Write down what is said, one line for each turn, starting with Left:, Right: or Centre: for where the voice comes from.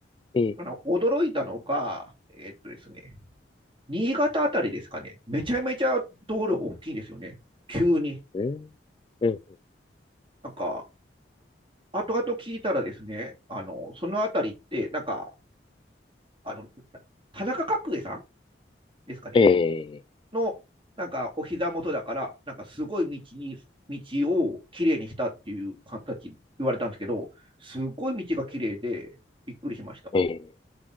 Left: ええ、
Right: あの驚いたのが、えーっとですね、新潟あたりですかね、めちゃめちゃ道路が大きいんですよね、急に。
Left: うん、うん、
Right: なんか、後々聞いたらですね、あの、そのあたりって、なんか、あの、田中角栄さんですかね、
Left: ええ、
Right: の、なんかお膝元だから、なんかすごい道に、道をきれいにしたっていう形言われたんですけど、すごい道がきれいで、びっくりしました。
Left: ええ、